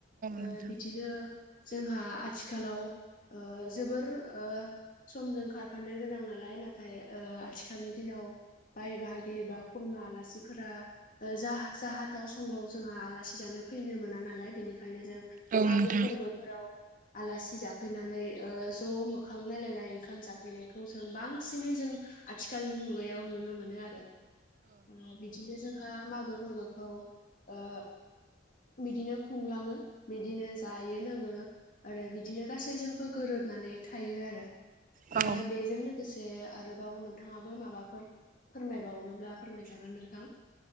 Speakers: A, on the left (about 45°); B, on the right (about 45°).
A: ओ
B: नोंथां
A: बिदिनो जोंहा आथिखालाव ओ जोबोर ओ समजों खारफानो गोनां नालाय नाथाय ओ आथिखालनि दिनाव बाय बाहागि बा खुरमा आलासिफोरा ओ जाहा-जाहाथा समाव जोंहा आलासि जानो फैनो मोना नालाय बेनिखायनो जों
B: औ नोंथां औ नोंथां
A: मागो फोर्बोफोराव आलासि जाफैनानै ओ ज' मो खां नायलायनाय ओंखाम जाफैनायखौ जों बांसिनै जों आथिखालनि मुगायाव नुनो मोनो आरो। उम बिदिनो जोंहा मागो फोर्बोखौ ओ बिदिनो खुंलाङो बिदिनो जायो लोङो आरो बिदिनो गासैजोंबो गोरोबनानै थायो आरो।
B: औ
A: ओ बेजों लो गोसे आरोबाव नोंथाङाबो माबाफोर फोरमायबावनोब्ला फोरमायजागोन नोंथां।